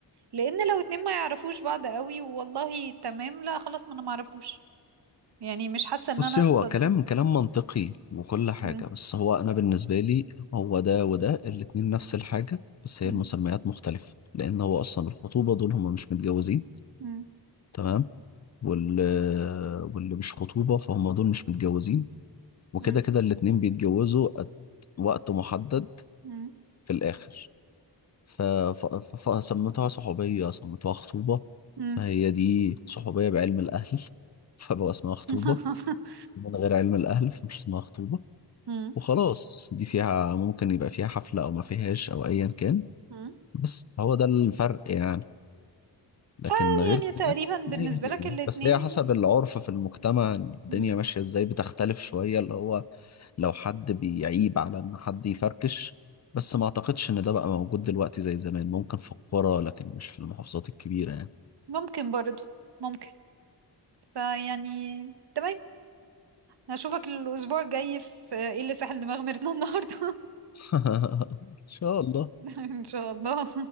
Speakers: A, on the right; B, on the left.
A: لان لو اتنين ما يعرفوش بعض قوي والله تمام لا خلاص ما انا ما اعرفوش يعني مش حاسة ان
B: بصي
A: انا اتصد
B: هو كلام كلام منطقي وكل حاجة
A: مم.
B: بس هو أنا بالنسبة لي هو ده وده الاتنين نفس الحاجة بس
A: مم.
B: هي المسميات مختلفة لأن هو أصلا الخطوبة دول هما مش متجوزين
A: مم.
B: تمام وال واللي مش خطوبة فهم دول مش متجوزين وكده
A: مم.
B: كده الاتنين بيتجوزوا at وقت محدد
A: مم.
B: في الآخر ف- ف- ف- فسميتها صحوبية سميتها خطوبة
A: مم.
B: فهي دي صحوبية بعلم الأهل <laughs> فبقى اسمها خطوبة
A: <laughs>
B: من غير علم الأهل فمش اسمها خطوبة
A: مم.
B: وخلاص دي فيها ممكن يبقى فيها حفلة أو ما فيهاش أو أيا كان
A: مم.
B: بس هو ده الفرق يعني لكن
A: ف
B: غير
A: يعني
B: كده
A: تقريبا بالنسبة
B: هي هي.
A: لك الاتنين
B: بس هي حسب العرف في المجتمع الدنيا
A: مم.
B: ماشية إزاي بتختلف شوية اللي هو لو حد بيعيب على ان حد يفركش بس ما اعتقدش ان ده بقى موجود دلوقتي زي زمان ممكن في القرى لكن مش في المحافظات الكبيرة يعني
A: ممكن برضو ممكن فيعني تمام هشوفك الأسبوع الجاي في إيه اللي ساحل دماغ ميرنا النهاردة
B: <laughs> ان شاء الله
A: <laughs> إن شاء الله